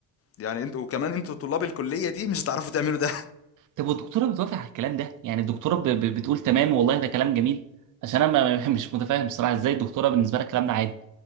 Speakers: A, on the left; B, on the right.
A: يعني انتوا وكمان انتوا طلاب الكليه دي مش هتعرفوا تعملوا ده
B: طب والدكتوره بتوافق على الكلام ده يعني الدكتوره ب- ب- بتقول تمام والله ده كلام جميل عشان انا ما- <laughs> مش متفاهم بصراحه ازاي الدكتوره بالنسبه لها الكلام ده عادي